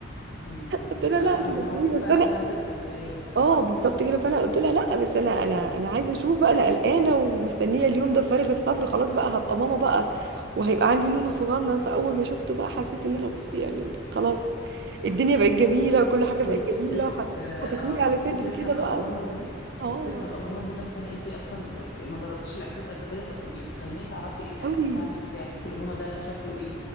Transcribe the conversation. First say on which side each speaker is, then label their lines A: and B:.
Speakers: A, on the left; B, on the right.
A: امم
B: قلت لها
A: اه
B: لا
A: هو
B: مش هتخطفيه
A: بيحطوه فعلا
B: بس انا
A: تحت الدفايه اه
B: اه بالظبط كده فانا قلت لها لا بس انا انا انا عايزه اشوف بقى انا قلقانه ومستنيه اليوم ده فارغ الصبر خلاص بقى هبقى ماما بقى وهيبقى عندي نونو صغنن فاول ما شفته بقى حسيت ان انا بصي يعني خلاص الدنيا بقت جميله وكل حاجه
A: هي
B: بقت
A: فكرة
B: جميله وحطيتولي
A: اه آه،
B: على صدري
A: فكرة
B: كده
A: هبقى
B: بقى
A: ماما دي
B: اه
A: فكرة هبقى ماما دي نفسها انتي اصلا ما جربتيش الاحساس قبل كده فبتبقي مستنية تعرفي ايه الاحساس
B: قوي
A: ده عامل ازاي احساس الامومة ده شكله ايه